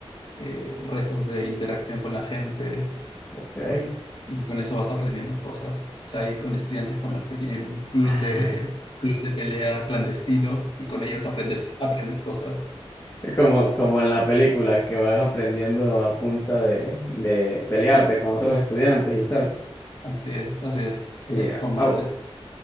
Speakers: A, on the left; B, on the left.
A: eh, retos de interacción con la gente
B: Ok.
A: y con eso vas aprendiendo cosas. O sea, hay con estudiantes con los que tienen un club
B: Ah,
A: de, club de pelea clandestino y con ellos aprendes, aprendes cosas.
B: es como, como en la película que vas aprendiendo a punta de, de pelearte con otros estudiantes y tal.
A: Así es, así es,
B: Sí,
A: así es, combates.
B: ah,